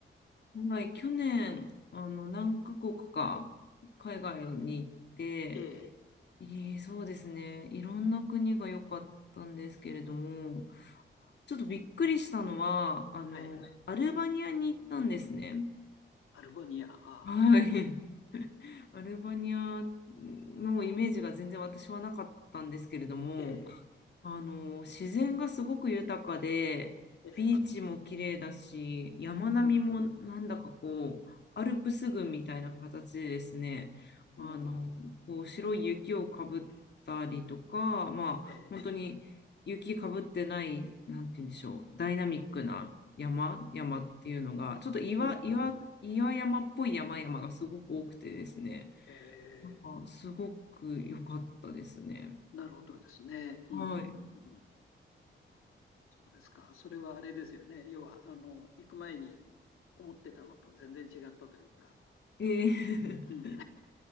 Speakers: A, on the left (about 55°); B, on the left (about 85°).
A: はい、去年、あの、何カ国か海外に行って、
B: ええ、
A: ええ、そうですね。いろんな国が良かったんですけれども、ちょっとびっくりしたのは、あの、
B: はい。
A: アルバニアに行ったんですね。
B: アルバニア、ああ、
A: <laughs> はい。
B: はい。
A: <laughs> アルバニアのイメージが全然私はなかったんですけれども、
B: ええ、
A: あの、自然がすごく豊かで、
B: ええ、
A: ビーチも綺麗だし、山並みもなんだかこう、
B: うん。
A: アルプス群みたいな形でですね、
B: お
A: あの、
B: ー
A: こう白い雪をかぶったりとか、まあ、
B: ええ、
A: 本当に雪かぶってない、なんて言うんでしょう、ダイナミックな山、山っていうのが、ちょっと岩、
B: うん、
A: 岩、
B: うん。
A: 岩山っぽい山々がすごく多くてですね、
B: ええ、
A: なんかすごく良かったですね。
B: なるほどですね。うん、
A: はい。
B: うん、うん、うん。そうですか。それはあれですよね。要は、あの、行く前に思ってたのと全然違ったというか、
A: え
B: あの、うん、
A: え